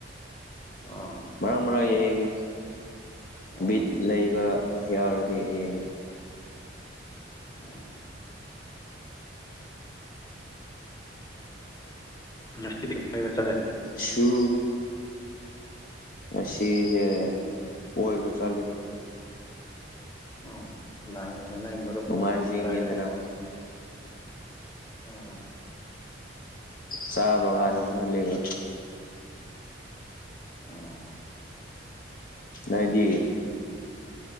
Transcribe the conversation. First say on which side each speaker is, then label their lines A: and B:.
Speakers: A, on the left; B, on the left.
A: ꯑꯥ
B: ꯃꯔꯥꯡ ꯃꯔꯥꯡ ꯌꯦꯡꯉꯤ
A: ꯑꯣ
B: ꯕꯤꯠ ꯂꯩꯕ ꯌꯥꯎꯔꯗꯤ ꯌꯦꯡꯉꯤ
A: ꯎꯝ ꯅ ꯐꯕꯁꯗꯦ
B: ꯁꯨ ꯑꯁꯤꯁꯦ ꯑꯣꯏꯕ ꯆꯠꯂꯤ
A: ꯑꯣꯍꯥꯟ ꯅ ꯃꯔꯨꯞ
B: ꯅꯣꯡꯃꯥꯏꯖꯤꯡꯅꯤꯗꯅ
A: ꯑꯩꯈꯣꯏꯒ ꯀꯗꯥꯏꯗ ꯌꯧꯔꯕꯒꯦ ꯎꯝ
B: ꯆꯥꯕꯒꯥꯟꯗꯁꯨꯍꯜꯂꯤꯕ
A: ꯑꯣꯥ
B: ꯥꯏꯗꯤ